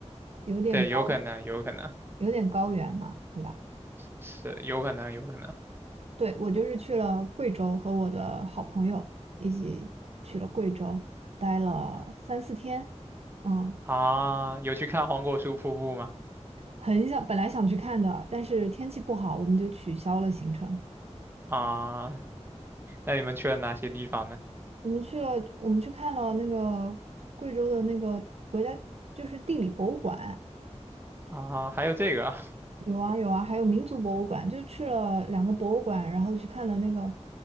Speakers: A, on the right; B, on the right.
A: 有点高，
B: 对，有可能，有可能，
A: 原，有点高原嘛，对吧？
B: 是有可能，有可能。
A: 对，我就是去了贵州，和我的好朋友一起去了贵州，待了三四天。
B: 啊
A: 嗯，
B: 啊，有去看黄果树瀑布吗？
A: 很想，本来想去看的，但是天气不好，我们就取消了行程。
B: 啊，那你们去了哪些地方呢？
A: 我们去了，我们去看了那个贵州的那个国家，就是地理博物馆。
B: 啊，还有这个啊
A: 有啊有啊，还有民族博物馆，就去了两个博物馆，然后去看了那个，